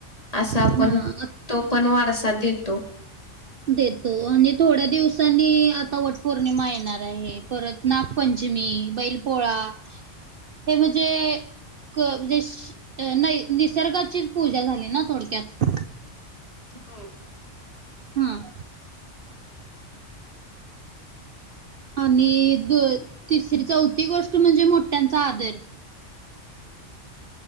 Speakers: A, on the left (about 30°); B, on the right (about 55°).
A: असा आपण
B: हा
A: तो पण वारसा देतो.
B: देतो आणि थोड्या दिवसांनी आता वट पौर्णिमा येणार आहे. परत नागपंचमी बैल पोळा हे म्हणजे. क म्हणजे श अ नाही निसर्गाची पूजा झाली ना थोडक्यात.
A: हो,
B: हम, आणि द तिसरी चौथी गोष्ट म्हणजे मोठ्यांचा आदर.